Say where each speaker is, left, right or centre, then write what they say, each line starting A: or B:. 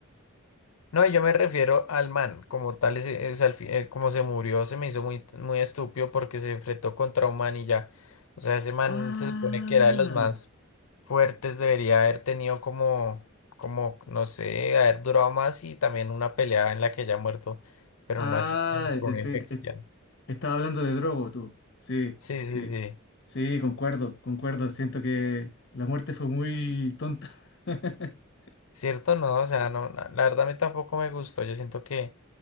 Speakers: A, on the left (about 80°); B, on the left (about 55°).
A: No, y yo me refiero al man, como tal, es, es al fi- eh, como se murió, se me hizo muy, muy estúpido porque se enfrentó contra un man y ya. O sea, ese man
B: Ah,
A: se supone que era de los más fuertes, debería haber tenido como, como, no sé, haber durado más y también una pelea en la que ya muerto, pero
B: ah,
A: no así como por
B: intenté,
A: una infección.
B: est- estaba hablando de Drogo tú. Sí,
A: Sí, sí,
B: sí,
A: sí.
B: sí, concuerdo, concuerdo. Siento que la muerte fue muy tonta. <laughs>
A: Cierto, no, o sea, no, na- la verdad a mí tampoco me gustó. Yo siento que,